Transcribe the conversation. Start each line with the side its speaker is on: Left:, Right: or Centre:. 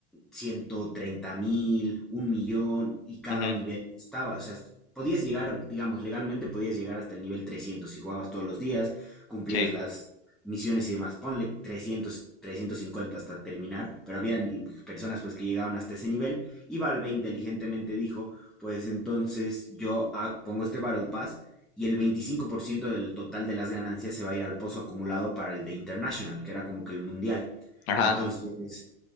Centre: 130 mil, un millón y cada
Left: ujú,
Centre: nivel costaba. O sea, podías llegar, digamos, legalmente podías llegar hasta el nivel 300 si jugabas todos los días, cumplías
Left: Sí.
Centre: las misiones y demás. Ponle 300, 350 hasta terminar, pero había personas pues que llegaban hasta ese nivel y Valve inteligentemente dijo, pues entonces yo ah, pongo este Battle Pass y el 25% del total de las ganancias se va a ir al pozo acumulado para el de International, que era como que el mundial.
Left: Ajá.
Centre: Entonces,